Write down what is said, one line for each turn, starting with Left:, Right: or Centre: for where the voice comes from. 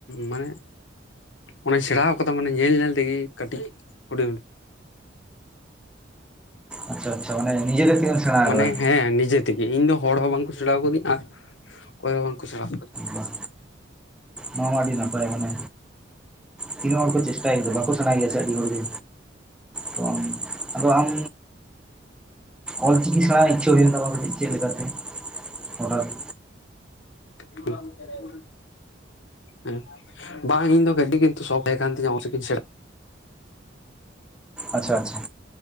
Left: ᱢᱟᱱᱮ ᱚᱱᱟᱧ ᱥᱮᱬᱟᱣ ᱠᱟᱫᱟ ᱢᱟᱱᱮ ᱧᱮᱞ ᱧᱮᱞ ᱛᱮᱜᱮ ᱠᱟᱹᱴᱤᱡ ᱦᱩᱰᱤᱝ᱾
Centre: ᱟᱪᱪᱷᱟ ᱟᱪᱪᱷᱟ ᱢᱟᱱᱮ ᱱᱤᱡᱮ ᱛᱮ ᱛᱤᱱᱟᱹᱜ ᱥᱮᱬᱟ
Left: ᱢᱟᱱᱮ
Centre: ᱟᱠᱟᱫᱟ?
Left: ᱦᱮᱸ ᱱᱤᱡᱮ ᱛᱤᱜᱤ ᱤᱧ ᱫᱚ ᱦᱚᱲ ᱦᱚᱸ ᱵᱟᱝᱠᱚ ᱥᱮᱬᱟᱣ ᱠᱟᱹᱫᱤᱧ ᱟᱨ ᱚᱠᱚᱭ ᱦᱚᱸ ᱵᱟᱝᱠᱚ ᱥᱮᱬᱟᱣ ᱠᱟᱹᱫᱤᱧ᱾
Centre: ᱵᱟᱦ ᱱᱚᱣᱟ ᱢᱟ ᱟᱹᱰᱤ ᱱᱟᱯᱟᱭ ᱢᱟᱱᱮ ᱛᱤᱱᱟᱹᱜ ᱦᱚᱲ ᱠᱚ ᱪᱮᱥᱴᱟᱭ ᱜᱮᱛᱚ ᱵᱟᱠᱚ ᱥᱟᱬᱟᱭ ᱜᱮᱭᱟ ᱥᱮ ᱟᱹᱰᱤ ᱦᱚᱲᱜᱮ᱾ ᱛᱚ ᱟᱢ, ᱟᱫᱚ ᱟᱢ ᱚᱞ ᱪᱤᱠᱤ ᱥᱮᱬᱟᱣ ᱤᱪᱪᱷᱟᱹ ᱦᱩᱭᱮᱱ ᱛᱟᱢᱟ ᱠᱟᱹᱴᱤᱡ᱾ ᱪᱮᱫ ᱞᱮᱠᱟᱛᱮ ᱚᱱᱟᱜᱤ᱾
Left: <unintelligible> ᱦᱮᱸ ᱵᱟᱝ ᱤᱧ ᱫᱚ ᱜᱟᱹᱰᱤ ᱠᱤᱱᱛᱩ ᱥᱚᱠ ᱛᱟᱦᱮᱸ ᱠᱟᱱ ᱛᱤᱧᱟᱹ᱾ ᱚᱠ ᱪᱤᱠᱤ ᱥᱮᱫ᱾
Centre: ᱟᱪᱪᱷᱟ - ᱟᱪᱪᱷᱟ,